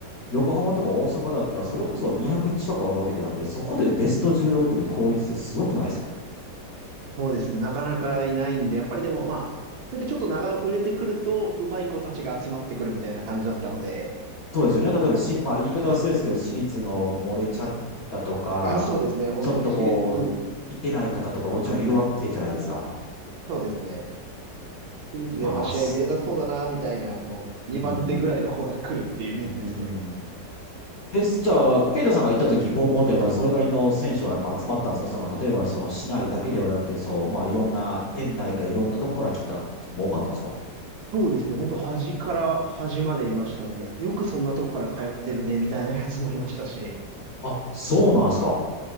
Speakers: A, on the left; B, on the right.
A: 横浜とか大阪だったら、それこそ200近くあるわけなんで、そこでベスト16で高一ってすごくないですか
B: そうですね。なかなかいないんで、やっぱりでもまあ、それでちょっと長売れてくると、うまい子たちが集まってくるみたいな感じだったので、
A: そうですよね。例えばし、まあ、言い方は失礼ですけど、私立の漏れちゃったとか、
B: あ、そうですね。本当に私立、
A: ちょっとこう、いけない方とかもちろんいるわけじゃないですか。
B: そうですね。私立でやっぱ試合出れなそうだな、
A: まあ、す
B: みたいな、あの、2番手ぐらいの子が来るっていうイメージですね。
A: うーん、うーん。え、じゃあ、ケイタさんが行った時、高校ってやっぱりそれなりの選手はやっぱ集まったんですかその、例えばその市内だけではなくて、そう、まあいろんな県内からいろんなとこから来た方も多かったんですか
B: そうですね。本当端から端までいましたね。よくそんなとこから通ってるね、みたいなやつもいましたし。
A: あ、そうなんですか。